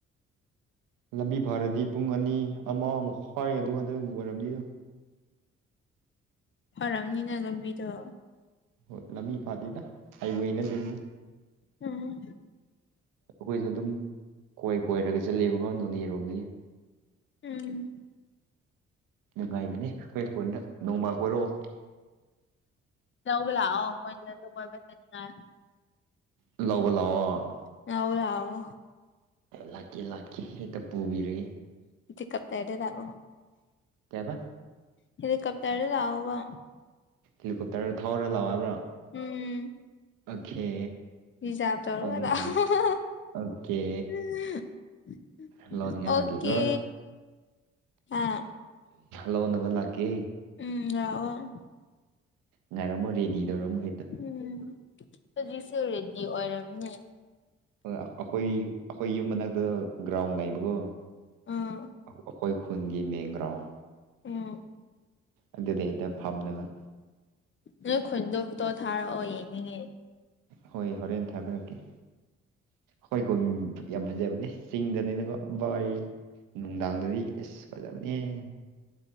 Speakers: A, on the right; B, on the left.
A: ꯂꯝꯕꯤ ꯐꯥꯔꯗꯤ ꯄꯨꯡ ꯑꯅꯤ ꯑꯃ ꯃꯈꯥꯏ ꯑꯗꯨ ꯈꯛꯇ ꯑꯣꯏꯔꯝꯅꯤ
B: ꯐꯔꯝꯅꯤꯅ ꯂꯝꯕꯤꯗꯣ
A: ꯍꯣꯏ ꯂꯝꯕꯤ ꯐꯥꯗꯦꯗ ꯍꯥꯏꯋꯦꯅꯠꯇꯝꯅꯤ
B: ꯎꯝ
A: ꯑꯩꯈꯣꯏꯁꯨ ꯑꯗꯨꯝ ꯈꯣꯏ ꯀꯣꯏꯔꯒ ꯆꯠꯂꯦꯕꯀꯤ ꯅꯣꯅꯦ ꯔꯣꯝꯗꯒꯤ
B: ꯎꯝ
A: ꯅꯨꯡꯉꯥꯏꯕꯅꯦ ꯑꯩꯈꯣꯏ ꯈꯣꯟꯗ ꯅꯣꯡꯃ ꯀꯣꯔꯛꯑꯣ
B: ꯂꯧꯕ ꯂꯛꯑꯣ <unintelligible> ꯀꯣꯏꯕꯥ ꯆꯠꯅꯤꯉꯥꯏ
A: ꯂꯧꯕ ꯂꯥꯛꯑꯣ
B: ꯂꯧꯕ ꯂꯛꯑꯣ
A: ꯂꯥꯛꯀꯦ ꯂꯥꯛꯀꯦ ꯍꯦꯛꯇ ꯄꯨꯕꯤꯔꯒꯦ
B: ꯗꯤꯀꯞꯇꯔꯗ ꯂꯥꯛꯑꯣ
A: ꯀꯩ ꯍꯥꯏꯕ
B: ꯍꯤꯂꯤꯀꯞꯇꯔ ꯂꯛꯑꯣ ꯕꯥ
A: ꯍꯦꯂꯤꯀꯣꯞꯇꯔ ꯊꯥꯎꯔ ꯂꯥꯛꯑꯣꯏꯕ꯭ꯔꯥ
B: ꯎꯝ
A: ꯑꯣꯀꯦ
B: <unintelligible>
A: ꯊꯧꯍꯟꯒꯦ ꯂꯥꯛꯀꯦ ꯑꯣꯀꯦ ꯂꯧꯅꯤꯡꯉꯥꯏ ꯂꯥꯛꯀꯦꯀꯣ
B: ꯑꯣꯀꯦ ꯍꯥ
A: ꯂꯣꯅꯕ ꯂꯛꯀꯦ
B: ꯎꯝ ꯂꯛꯑꯣ
A: ꯉꯥꯏꯔꯝꯃꯣ ꯔꯦꯗꯤ ꯇꯧꯔꯝꯃ ꯍꯦꯠ
B: ꯎꯝ ꯍꯧꯖꯤꯛꯁꯨ ꯔꯦꯗꯤ ꯑꯣꯏꯔꯝꯅꯦ
A: ꯍꯣꯏ ꯑꯩꯈꯣꯏ ꯑꯩꯈꯣꯏ ꯌꯨꯝ ꯃꯅꯥꯛꯇ ꯒ꯭ꯔꯥꯎꯟ ꯂꯩꯕꯀꯣ
B: ꯎꯝ
A: ꯑꯩꯈꯣꯏ ꯈꯨꯟꯒꯤ ꯃꯦꯟꯒ꯭ꯔꯥꯎꯟ
B: ꯎꯝ
A: ꯑꯗꯨꯗ ꯍꯦꯛꯇ ꯐꯝꯅꯕ
B: ꯅꯣꯏ ꯈꯨꯟꯗꯨ ꯐꯨꯇꯣ ꯊꯥꯔꯛꯑꯣ ꯌꯦꯡꯅꯤꯡꯉꯦ
A: ꯍꯣꯏ ꯍꯣꯔꯦꯟ ꯊꯥꯕꯤꯔꯛꯀꯦ ꯍꯣꯏ ꯀꯨꯝ ꯌꯥꯝ ꯐꯖꯕꯅꯦ ꯆꯤꯡꯗꯅꯤꯅꯀꯣ ꯕꯥꯏ ꯅꯨꯡꯗꯥꯡꯗꯗꯤ ꯏꯁ ꯐꯖꯕꯅꯦꯍꯦ